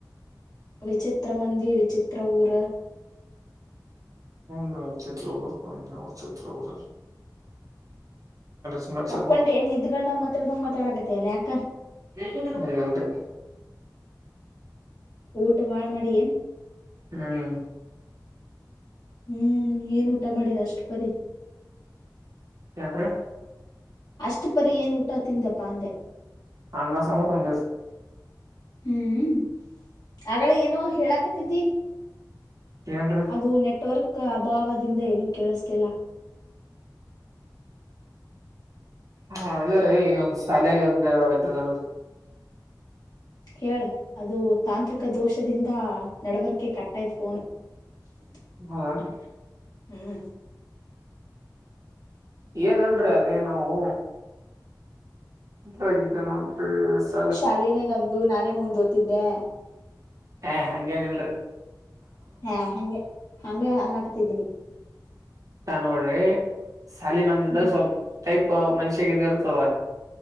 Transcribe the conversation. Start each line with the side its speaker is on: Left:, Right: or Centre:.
Left: ವಿಚಿತ್ರ ಮಂದಿ ವಿಚಿತ್ರ ಊರ.
Right: ಹ್ಮ್ ರೀ ವಿಚಿತ್ರ ಊರ ಹ್ಮ್ ವಿಚಿತ್ರ ಊರು. ಸಮಾಚಾರ
Left: ಮಕ್ಕೊಂಡೆ ಏನ ನಿದ್ದಿಗಣಗ ಮಾತಾಡ್ದಂಗ ಮಾತಾಡಕತಲ್ಲಾ ಯಾಕ.
Right: ಹ ಇಲ್ರಿ.
Left: ಊಟ ಭಾಳ ಮಾಡಿ ಏನ್.
Right: ಹ್ಮ್
Left: ಹ್ಮ್ ಏನ್ ಊಟ ಮಾಡಿದ ಅಷ್ಟ್ ಪರಿ.
Right: ಎಂದ್ರೆ.
Left: ಅಷ್ಟು ಪರಿ ಏನ್ ಊಟ ತಿಂದ್ಯಪ್ಪ ಅಂದೆ.
Right: ಅನ್ನಾ ಸಾಂಬಾರ್ ಒಂದಿಸ್.
Left: ಹ್ಮ್.... ಆಗಳೆ ಏನೋ ಹೇಳಾಕತ್ತಿದ್ದಿ.
Right: ಏನರೀ.
Left: ಅದು ನೆಟ್ವರ್ಕ್ ಅಭಾವದಿಂದ ಏನು ಕೇಳಿಸ್ತಿಲ್ಲ.
Right: ಹ ಅದ ರೀ ಈಗ ನಮ್ ಸಾಲೆಗೆ ಅಂದ ಒಳಗತ್ತದ.
Left: ಹೇಳ ಅದು ತಾಂತ್ರಿಕ ದೋಷದಿಂದ ನಡವರ್ಕೆ ಕಟ್ಟಾಯ್ತ್ ಫೋನು. <inaudible>
Right: ಹೌದನ್ರಿ.
Left: ಹ್ಮ್
Right: ಏನಲ್ರಿ ಅದೇ ನಾವು. ಉರಗಿದ್ದ ನ. <inaudible>
Left: ಶಾಲಿನೇ ನಮ್ದು ನಾನೇ ಮುಂದ ಓ್ತದ್ದೆ.
Right: ಹ ಹಂಗೇನಲ್ರರಿ.
Left: ಹಾ ಹಂಗೆ ಹಂಗೆ ಹಾನ ಹಾಕ್ತಿದ್ದೀನಿ.
Right: ನೋಡ್ರಿ ಸಾಲಿ ನಂದಿದ್ದ್ರ
Left: ಹ್ಮ್
Right: ಸ್ವಲ್ಪ. ಟೈಪ್ ಮನುಷ್ಯಿಗೆ ಇರ್ತದ